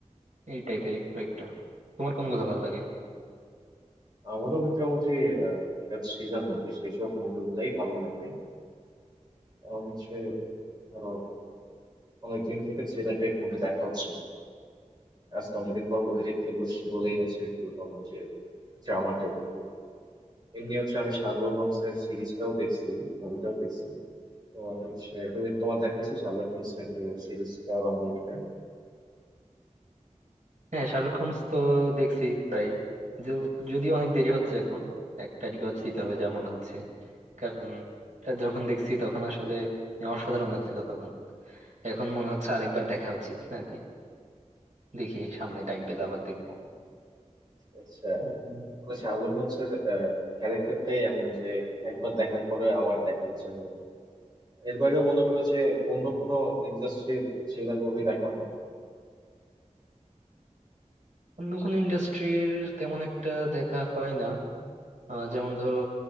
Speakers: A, on the right; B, on the right.
A: এই টাইপের কয়েকটা তোমার কোনগুলো ভালো লাগে
B: আমারও মোটামুটি আহ, যেটা থ্রিলার মুভি সেই সব মুভিগুলাই ভালো লাগে আমার হচ্ছে ধরো অনেকদিন থেকে থ্রিলারটাই মুভি দেখা হচ্ছে না। আজকে অনেকদিন পর মুভি দেখতে বসছি বলেই
A: হুম, হুম।
B: হচ্ছে একটু ভাবলাম যে ড্রামা টাইপ মুভি এমনি হচ্ছে আমি শার্লক হোমস এর সিরিজটাও দেখছি মুভিটাও দেখছি তো আমি হচ্ছে তুমি তোমার দেখা হয়েছে শার্লক হোমস এর যে সিরিজটা বা মুভিটা
A: হ্যাঁ শার্লক হোমস তো দেখছি প্রায় য- যদিও অনেক দেরি হচ্ছে এখন একটা রিওয়াচ দিতে হবে যা মনে হচ্ছে কারণ এটা যখন দেখছি তখন আসলে অসাধারণ লাগছিল তখন এখন মনে হচ্ছে আরেকবার দেখা উচিত আর কি দেখি সামনে টাইম পেলে আবার দেখবো
B: আচ্ছা
A: হুম,
B: তাহলে শার্লক হোমস এর ক্যারেক্টারটাই এমন যে একবার দেখার পরে আবার দেখার ইচ্ছা করে এর বাইরেও মনে করো যে অন্য
A: হুম।
B: কোনো ইন্ডাস্ট্রির থ্রিলার মুভি দেখা হয়
A: অন্য কোনো ইন্ডাস্ট্রির তেমন একটা দেখা হয় না আহ, যেমন ধরো